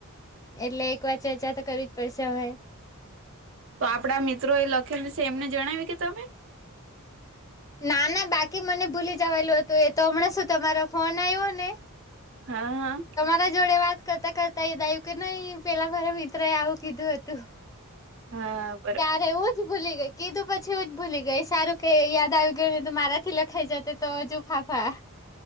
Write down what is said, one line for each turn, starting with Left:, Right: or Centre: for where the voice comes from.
Left: એટલે એક વાર ચર્ચા તો કરવી જ પડશે હવે.
Right: તો આપડા મિત્રો એ લખેલ છે, એમને જણાવી કે તમે
Left: ના, ના, બાકી મને ભૂલી જવાયેલું હતું એ તો. હમણાં શું, તમારો ફોન આવ્યો ને.
Right: હા, હા.
Left: તર જોડે વાત કરતા કરતા એ દ્યું કે નહી પેલા મારા મિત્ર એ આવું કીધું હતું.
Right: હા આ.
Left: ત્યારે એવું જ ભૂલી ગઈ કીધું પછી ઉજ ભૂલી ગઈ સારું કે યાદ ધારો કે મારા થી લખાઈ જતો તો હજુ ફાફા.